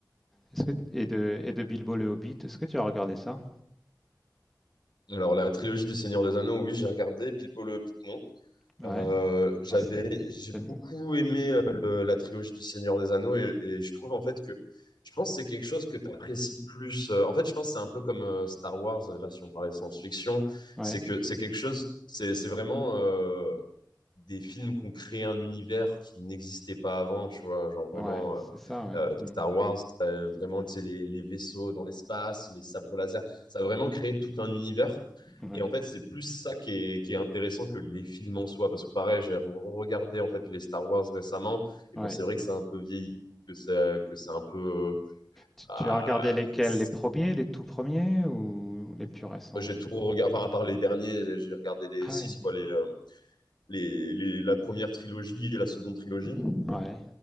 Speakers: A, in the centre; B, on the left.
A: est-ce que, et, de, et de Bilbo le Hobbit. Est-ce que tu as regardé ça?
B: Alors, la trilogie du Seigneur des Anneaux, oui, j'ai regardé. Bilbo le Hobbit, non.
A: Ouais.
B: Euh, j'avais,
A: Ah, c'est-
B: j'ai
A: c'est
B: beaucoup
A: le-
B: aimé euh, le- la trilogie du Seigneur des Anneaux et, et je trouve en fait que je pense que c'est quelque chose que tu apprécies plus. euh, en fait, je pense que c'est un peu comme euh, Star Wars, euh, là, si on parlait de science-fiction,
A: Ouais,
B: c'est que c'est quelque chose, c'est c'est vraiment euh, des films qu'on crée un univers qui n'existait pas avant, tu vois, genre vraiment
A: ouais, c'est
B: euh,
A: ça, ouais.
B: euh,
A: Mm.
B: Star Wars, euh, vraiment, tu sais, les, les vaisseaux dans l'espace, les sabres laser, ça a vraiment créé tout un univers.
A: Ouais,
B: Et en fait, c'est plus ça qui est, qui est intéressant que les films en soi. Parce que pareil, j'ai regardé en fait les Star Wars récemment. Et
A: ouais.
B: bon, c'est vrai que c'est un peu vieilli, que c'est, que c'est un peu. euh,
A: Tu
B: ah,
A: tu as regardé lesquels?
B: c'est-
A: Les premiers, les tout premiers ou les plus récents?
B: j'ai tout regardé, enfin, à part les derniers, j'ai regardé les
A: Ah
B: six,
A: ouais.
B: quoi, les, euh, les, les- la première trilogie et la seconde trilogie.
A: Ouais.